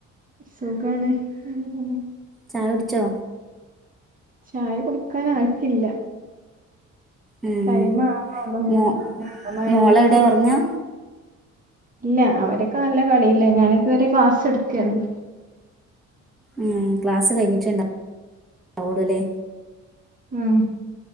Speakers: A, on the right; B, in the centre.
A: സുഖാണ് അങ്ങെനെ പോണു
B: ചായുട്ച്ചോ
A: ചായ കുടിക്കാനായിട്ടില്ല
B: ഉം.
A: ടൈമ് ആവ്ണൊള്ളൂ ഞാന്
B: മോ
A: ഞ മഹ്
B: മോളെവിടെ
A: രിബ്ക്കാ
B: ഉറങ്ങുക
A: ഇല്ല അവരൊക്കെ നല്ല കളിയില്ല ഞാന് ത് വരെ ക്ലാസ് എടുക്കെര്ന്നു
B: ഉം ക്ലാസ് കഴിഞ്ഞിട്ടുണ്ടാവളൂല്ലേ
A: ഉം